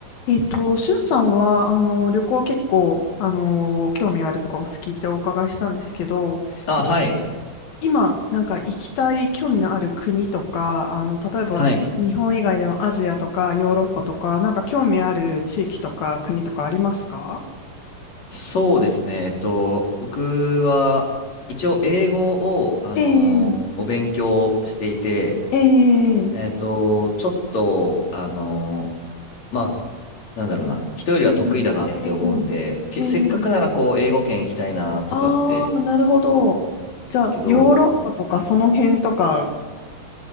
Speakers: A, on the left; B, on the left.
A: えっと、しゅんさんは、あの、旅行結構、あの、興味あるとかお好きってお伺いしたんですけど、
B: あ、
A: え
B: はい。
A: 今、なんか行きたい興味のある国とか、あの、例えば日本以外でもアジアとかヨーロッパとか、
B: はい。
A: なんか興味ある地域とか国とかありますか
B: そうですね。えっと、僕は、一応、英語を、あの、
A: ええ
B: お勉強していて、
A: ええ
B: えっと、ちょっと、あの、まあ、なんだろうな、人よりは得意だなって思うんで、
A: うんええええ
B: け、せっかくなら、こう、英語圏行きたいなとかって
A: ああー、なるほど。
B: 思うんけど、
A: じゃあ、ヨーロッパとかその辺とか
B: はい、